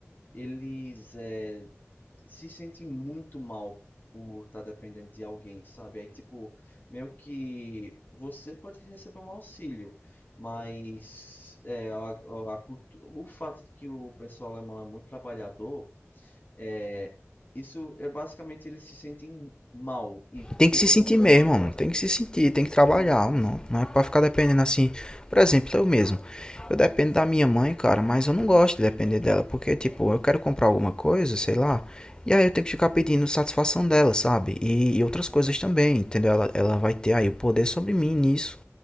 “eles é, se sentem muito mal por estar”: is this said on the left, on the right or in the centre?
Left